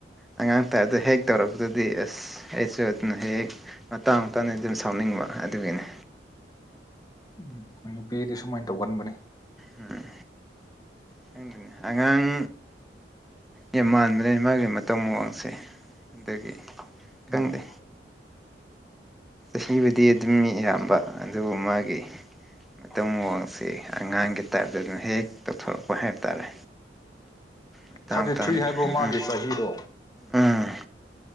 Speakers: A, in the centre; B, on the left.
A: ꯑꯉꯥꯡ ꯇꯥꯏꯞꯗ ꯍꯦꯛ ꯇꯧꯔꯛꯄꯗꯨꯗꯤ ꯑꯁ ꯑꯁ ꯑꯩꯁꯨ ꯑꯗꯨꯅ ꯍꯦꯛ ꯍꯦꯛ ꯃꯇꯥꯡ ꯃꯇꯥꯡꯅ ꯑꯗꯨꯝ ꯁꯥꯎꯅꯤꯡꯕ ꯑꯗꯨꯒꯤꯅꯤ
B: ꯎꯝ ꯃꯣꯏ ꯅꯨꯄꯤꯗꯤ ꯁꯨꯃꯥꯏꯟ ꯇꯧꯒꯟꯕꯅꯤ
A: ꯎꯝ ꯈꯪꯗꯦꯅꯦ ꯑꯉꯥꯡ ꯌꯥꯝ ꯃꯥꯟꯕꯅꯦ ꯃꯥꯒꯤ ꯃꯇꯧ ꯃꯑꯣꯡꯁꯦ ꯑꯗꯨꯒꯤ
B: ꯎꯝ
A: ꯈꯪꯗꯦ ꯆꯍꯤꯕꯨꯗꯤ ꯑꯗꯨꯝ ꯃꯤ ꯏꯌꯥꯝꯕ ꯑꯗꯨꯕꯨ ꯃꯥꯒꯤ ꯃꯇꯧ ꯃꯑꯣꯡꯁꯤ ꯑꯉꯥꯡꯒꯤ ꯇꯥꯏꯞꯇꯥ ꯑꯗꯨꯅ ꯍꯦꯛ ꯍꯦꯛ ꯇꯧꯊꯣꯔꯛꯄ ꯍꯥꯏꯕ ꯇꯥꯔꯦ ꯃꯇꯥꯡ
B: ꯊꯥꯔꯇꯤ
A: ꯃꯇꯥꯡꯗ
B: ꯊ꯭ꯔꯤ ꯍꯥꯏꯕ꯭ꯔꯣ ꯃꯥꯒꯤ
A: ꯎꯝ
B: ꯆꯍꯤꯗꯣ
A: ꯎꯝ